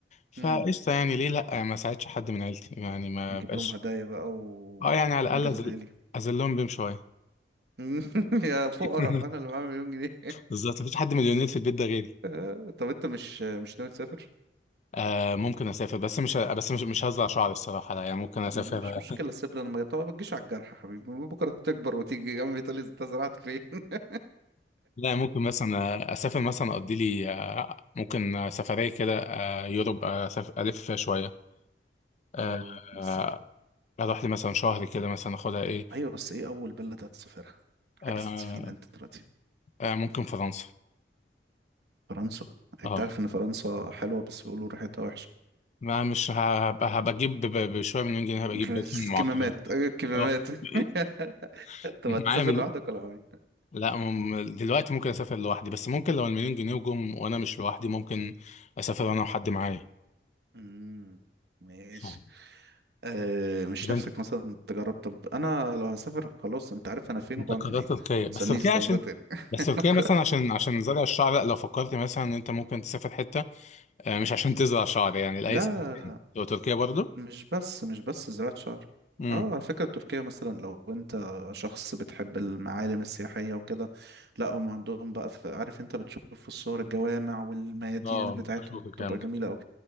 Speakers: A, on the left (about 40°); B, on the right (about 65°).
A: فقشطه
B: امم
A: يعني ليه لا ما ساعدش حد من عيلتي يعني ما
B: تجيب
A: بقاش
B: لهم هدايا بقى وتجيب
A: اه يعني على الاقل
B: الغالي
A: أذل... اذلهم بيهم شويه
B: <laughs> يا فقراء
A: <laughs>
B: انا اللي معايا مليون جنيه
A: بالظبط مفيش حد مليونير في البيت ده غيري
B: <laughs> طب انت مش مش ناوي تسافر
A: آه ممكن اسافر بس مش بس مش مش هزرع شعري الصراحه لا يعني ممكن اسافر
B: لا، مش مشكله سيب لنا المجال طب ما تجيش على الجرح يا حبيبي بكره تكبر وتيجي جنبي تقول لي انت زرعت فين <laughs>
A: <laughs> لا ممكن مثلا اسافر مثلا اقضي لي آه، ممكن سفريه كده آه، يوروب آه، أسافر الف فيها شويه آه،
B: اه بس
A: آه، اروح لي مثلا شهر كده مثلا اخدها ايه
B: ايوه بس ايه اول بلد هتسافرها حاجز
A: آه،
B: فين انت دلوقتي
A: آه، ممكن فرنسا
B: فرنسا
A: اه
B: انت عارف ان فرنسا حلوه بس بيقولوا ريحتها وحشه
A: ما مش هبقى هبقى اجيب ب- بشويه مليون جنيه هبقى اجيب
B: بس
A: بيت من المعطلات
B: كمامات أيوة، كمامات
A: اه <laughs>
B: <laughs> طب
A: معايا
B: هتسافر
A: مل...
B: لوحدك ولا معايا؟
A: لا مم... دلوقتي ممكن اسافر لوحدي بس ممكن لو المليون جنيه جم وانا مش لوحدي ممكن اسافر انا وحد معايا
B: امم ماشي
A: اه
B: أه مش
A: طب
B: نفسك
A: انت
B: مثلا تجرب طب انا لو هسافر خلاص انت عارف انا فين
A: انت
B: وبعمل
A: قررت
B: ايه
A: تركيا
B: ما
A: بس
B: تسألنيش
A: تركيا
B: السؤال
A: عشان
B: ده تاني <laughs>
A: بس تركيا مثلا عشان عشان زرع الشعر لا لو فكرت مثلا ان انت ممكن تسافر حته آه، مش عشان تزرع شعر يعني لاي
B: لا
A: سبب تاني لو تركيا برضه
B: مش بس مش بس زراعة شعر
A: امم
B: اه على فكرة تركيا مثلا لو انت شخص بتحب المعالم السياحية وكده لا هم عندهم بقى في عارف انت بتشوف في الصور الجوامع والميادين
A: اه
B: اللي بتاعتهم
A: بشوف الكلام
B: بتبقى
A: ده
B: جميلة اوي